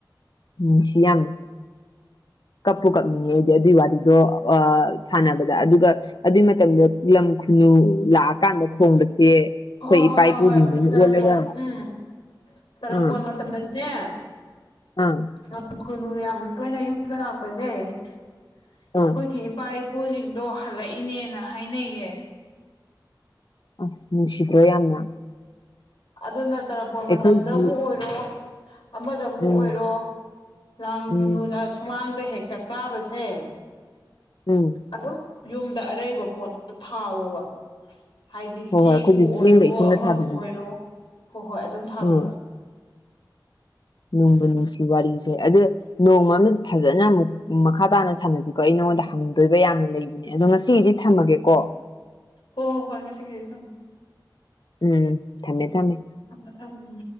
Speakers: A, on the left; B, on the left.
A: ꯅꯨꯡꯁꯤ ꯌꯥꯝꯅ ꯀꯞꯄꯨ ꯀꯞꯅꯤꯡꯉꯦ ꯑꯩꯗꯤ ꯑꯗꯨꯏ ꯋꯥꯔꯤꯗꯣ ꯑꯥ ꯁꯥꯟꯅꯕꯗ ꯑꯗꯨꯒ ꯑꯗꯨꯏ ꯃꯇꯝꯗ ꯂꯝ ꯈꯨꯅꯨ ꯂꯥꯛꯑꯀꯥꯟꯗ ꯈꯣꯡꯕꯁꯦ
B: ꯍꯣꯏ ꯍꯣꯏ
A: ꯏꯄꯥ ꯏꯄꯨꯁꯤꯡꯗꯨꯅ
B: ꯍꯣꯏ ꯍꯣꯏ ꯇꯔꯄꯣꯟ
A: ꯑꯣꯜꯂꯒ
B: ꯎꯝ ꯇꯔꯄꯣꯟ
A: ꯑꯥ
B: ꯃꯇꯝꯗꯗꯤ ꯅꯦ
A: ꯑꯥ
B: ꯂꯝ ꯈꯨꯅꯨ ꯌꯥꯝ ꯇꯣꯏꯅ ꯌꯨꯝꯗ ꯂꯥꯛꯄꯁꯦ ꯑꯩꯈꯣꯏꯒꯤ
A: ꯑꯥ
B: ꯏ ꯏꯄꯥ ꯏꯄꯨꯁꯤꯡꯗꯣ ꯍꯜꯂꯛꯏꯅꯦꯅ ꯍꯥꯏꯅꯩꯌꯦ
A: ꯑꯁ ꯅꯨꯡꯁꯤꯗ꯭ꯔꯣ ꯌꯥꯝꯅ
B: ꯑꯗꯨꯅ ꯇꯔꯄꯣꯟ
A: ꯑꯩꯈꯣꯏꯒꯤ
B: ꯃꯇꯝꯗꯕꯨ ꯑꯣꯏꯔꯣ ꯑꯃꯗꯕꯨ
A: ꯎꯝ
B: ꯑꯣꯏꯔꯣ ꯂꯥꯡ
A: ꯎꯝ
B: ꯈꯨꯨꯅꯨꯅ ꯁꯨꯃꯥꯡꯗ ꯍꯦꯛ ꯆꯥꯛꯇꯥꯥꯕꯁꯦ
A: ꯎꯝ
B: ꯑꯗꯨꯝ ꯌꯨꯝꯗ ꯑꯔꯩꯕ ꯄꯣꯠ ꯊꯥꯎꯋꯣꯕ ꯍꯥꯏꯗꯤ
A: ꯍꯣꯏ
B: ꯆꯦꯡꯕꯨ
A: ꯍꯣꯏ ꯑꯩꯈꯣꯏꯗꯤ
B: ꯑꯣꯏꯔꯣ
A: ꯆꯦꯡꯒ ꯏꯁꯤꯡꯒ
B: ꯑꯃꯕꯨ
A: ꯊꯥꯕꯤꯗꯣ
B: ꯑꯣꯏꯔꯣ ꯍꯣꯏ ꯍꯣꯏ ꯑꯗꯨꯝ ꯊꯥꯕꯤꯕ
A: ꯎꯝ ꯅꯨꯡꯕꯨ ꯅꯨꯡꯁꯤ ꯋꯥꯔꯤꯁꯦ ꯑꯗꯨ ꯅꯣꯡꯃ ꯑꯃ ꯐꯖꯅ ꯑꯃꯨꯛ ꯃꯈꯥ ꯇꯥꯅ ꯁꯥꯟꯅꯁꯤꯀꯣ ꯑꯩ ꯅꯪꯉꯣꯟꯗ ꯍꯪꯅꯤꯡ ꯗꯣꯏꯕ ꯌꯥꯝꯅ ꯂꯩꯕꯅꯦ ꯑꯗꯣ ꯉꯁꯤꯒꯤꯗꯤ ꯊꯝꯃꯒꯦꯀꯣ
B: ꯍꯣꯏ ꯍꯣꯏ ꯍꯣꯏ ꯉꯁꯤꯒꯤꯗꯤ ꯊꯝꯃꯣ
A: ꯎꯝ ꯊꯝꯃꯦ ꯊꯝꯃꯦ
B: ꯊꯝꯃꯣ ꯊꯝꯃꯣ ꯎꯝ